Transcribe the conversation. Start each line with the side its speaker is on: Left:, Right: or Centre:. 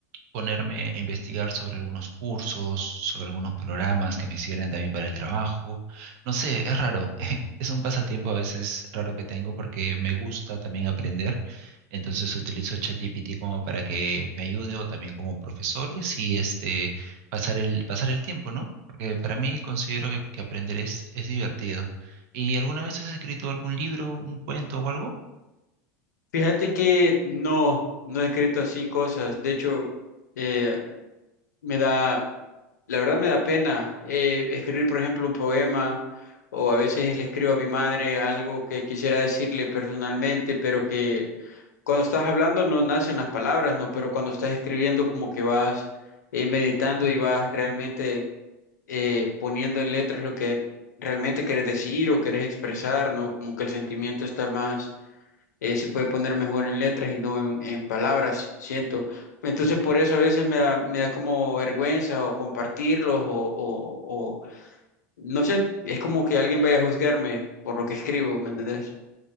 Right: ponerme a investigar sobre algunos cursos, sobre algunos programas que me sirven también para el trabajo. No sé, es raro. <laughs> Es un pasatiempo a veces raro que tengo porque me gusta también aprender. Entonces utilizo ChatGPT como para que me ayude o también como profesor y así este pasar el pasar el tiempo, ¿no? Porque para mí considero que, que aprender es, es divertido. ¿Y alguna vez has escrito algún libro, un cuento o algo?
Left: Fíjate que no, no he escrito así cosas. De hecho, eh, me da, la verdad me da pena eh, escribir, por ejemplo, un poema o a veces le escribo a mi madre algo que quisiera decirle personalmente, pero que cuando estás hablando no nacen las palabras, ¿no? Pero cuando estás escribiendo como que vas eh, meditando y vas realmente eh, poniendo en letras lo que realmente quieres decir o quieres expresar, ¿no? Como que el sentimiento está más eh, se puede poner mejor en letras y no en, en palabras, siento. Entonces por eso a veces me da, me da como vergüenza o compartirlos o, o- o- no sé, es como que alguien vaya a juzgarme por lo que escribo, ¿me entendés?